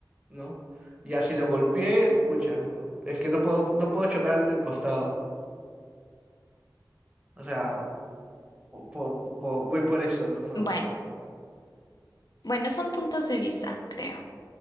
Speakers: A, on the right; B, on the left.
A: ¿no? Ya si lo golpeé, pucha, ¿no? es que no puedo, no puedo chocar al del costado. O sea, po- po- po- voy por eso, ¿no?
B: Bueno, bueno, son puntos de vista, creo.